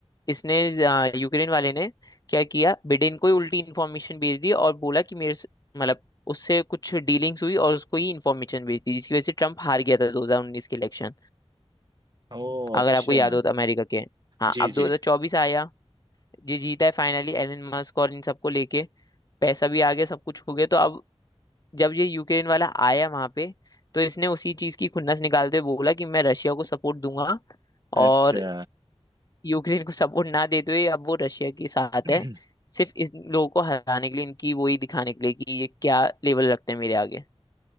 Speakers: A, on the left (about 35°); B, on the right (about 40°).
A: इसने आ, यूक्रेन वाले ने क्या किया बिडेन को ही उल्टी इन्फॉर्मेशन भेज दी और बोला कि मेरे से- मतलब उससे कुछ डीलिंग्स हुई और उसको ही इन्फॉर्मेशन भेज दी जिसकी वजह से ट्रम्प हार गया था 2019 के इलेक्शन
B: ओ
A: अगर
B: अच्छा
A: आपको याद हो तो अमेरिका के हाँ
B: जी
A: अब 2024
B: जी
A: आया ये जीता है फाइनली एलन मस्क और इन सबको लेके पैसा भी आ गया सब कुछ हो गया तो अब जब ये यूक्रेन वाला आया वहां पे तो इसने उसी चीज की खुन्नस निकालते हुए बोला कि मैं रशिया को सपोर्ट दूंगा
B: अच्छा
A: और यूक्रेन को सपोर्ट ना देते हुए अब वो रशिया के साथ
B: <clears throat>
A: है सिर्फ इन लोगों को हराने के लिए इनकी वही दिखाने के लिए कि ये क्या लेवल रखते हैं मेरे आगे